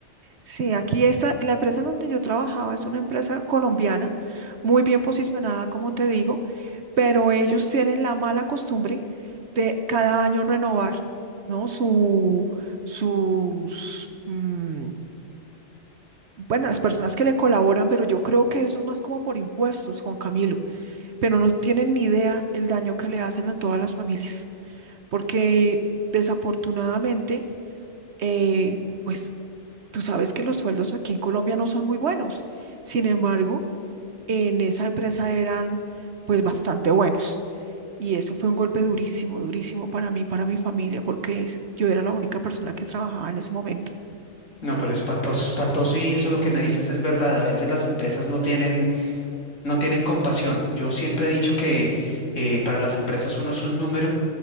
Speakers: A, on the right (about 60°); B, on the left (about 65°).
A: Sí, aquí está, la empresa en donde yo trabajaba es una empresa colombiana, muy bien posicionada, como te digo, pero ellos tienen la mala costumbre de cada año renovar, ¿no? Su, sus, mm, bueno, las personas que le colaboran, pero yo creo que eso es más como por impuestos, Juan Camilo. pero no tienen ni idea el daño que le hacen a todas las familias, porque desafortunadamente, eh, pues tú sabes que los sueldos aquí en Colombia no son muy buenos. Sin embargo, en esa empresa eran pues bastante buenos. Y eso fue un golpe durísimo, durísimo para mí, para mi familia, porque es- yo era la única persona que trabajaba en ese momento.
B: No, pero espantoso, espantoso y eso lo que me dices es verdad. A veces las empresas no tienen no tienen compasión. Yo siempre he dicho que eh, para las empresas uno es un número